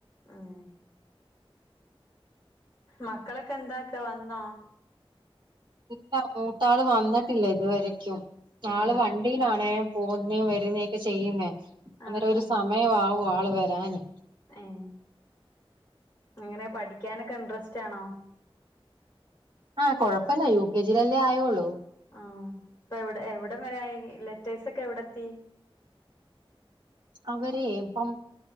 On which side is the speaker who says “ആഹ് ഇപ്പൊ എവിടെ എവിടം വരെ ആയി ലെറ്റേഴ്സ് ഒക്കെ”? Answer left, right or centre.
Left